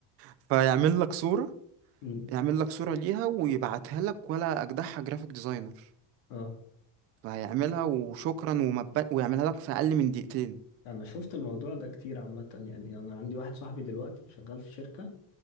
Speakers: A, on the right (about 35°); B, on the left (about 85°).
A: <laughs> فيعمل لك صورة
B: أمم،
A: يعمل لك صورة ليها ويبعتها لك ولا أجدعها جرافيك ديزاينر
B: اه
A: فهيعملها وشكرا ومبا... ويعملها لك في أقل من دقيقتين
B: انا شفت الموضوع ده كتير عامة يعني انا عندي واحد صاحبي دلوقتي شغال في شركة